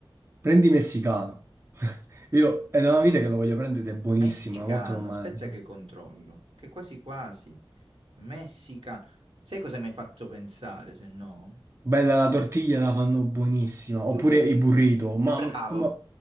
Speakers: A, on the right; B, on the right.
A: Prendi messicano. <laughs> Io è da una vita che lo voglio prendere ed è buonissimo,
B: Messicano,
A: una volta lo mangio.
B: aspetta che controllo, che quasi quasi. Messicano. Sai cosa mi hai fatto pensare, se no?
A: Bella la tortiglia, la fanno buonissima. Oppure
B: Più che...
A: il burrito, mamma,
B: eh, Bravo,
A: come-